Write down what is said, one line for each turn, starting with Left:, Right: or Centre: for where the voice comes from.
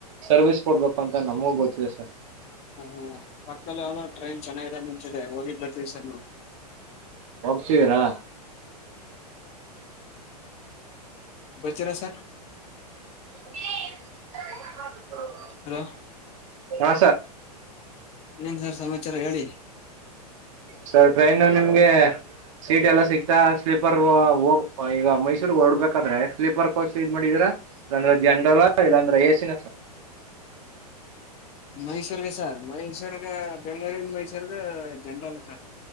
Right: ಸರ್ವಿಸ್ ಕೊಡ್ಬೇಕು ಅಂತ ನಮಗ ಗೊತ್ತಿದೆ ಸರ್
Left: ಹ್ಮ ಹ್ಮ ಪಕ್ಕದಲ್ಲಿ ಯದೋ ಟ್ರೈನ್ ಚೆನ್ನಾಗಿರೋ ಮುಂಚೆ ಹೋಗಿದ್ ಬಟ್ಟು ಸಷನ್
Right: ಗರಾ ಹೌ
Left: ಬಚೆರ ಸರ್
Right: ಹ
Left: ಹಲೋ
Right: ಆ
Left: ನೀನ್ ಸರ್ ಸಮಾಚಾರ ಹೇಳಿ
Right: ಸರ್ ಟ್ರೈನು ನಿಮ್ಗೆ ಸೀಟ್ ಎಲ್ಲಾ ಸಿಕ್ತಾ ಸ್ಲೀಪರ್ ಹೋ ಹೋಗು ಈಗ ಮೈಸೂರಿಗ್ ಹೊರ್ಡ್ಬೇಕಾದ್ರೆ ಸ್ಲೀಪರ್ ಕೋಚ್ ಇದ್ ಮಾಡಿದೀರಾ ಇಲ್ಲಾಂದ್ರೆ ಜನರಲ್ಲಾ ಇಲ್ಲಾಂದ್ರೆ ಎ ಸಿ ನಾ ಸರ್
Left: ಮೈಸೂರ್ಗೆ ಸಾರ್ ಮೈಸೂರಿಗೆ ಬೆಂಗ್ಳೂರಿಂದ್ ಮೈಸೂರ್ಗ ಜನರಲ್ಲು ಸರ್